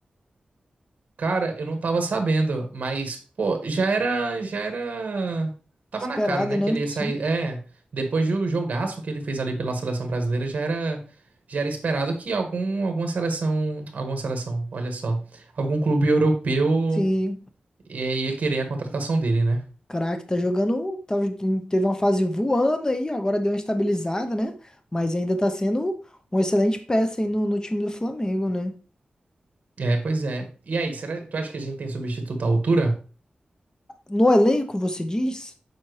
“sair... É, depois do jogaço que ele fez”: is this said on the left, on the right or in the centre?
Right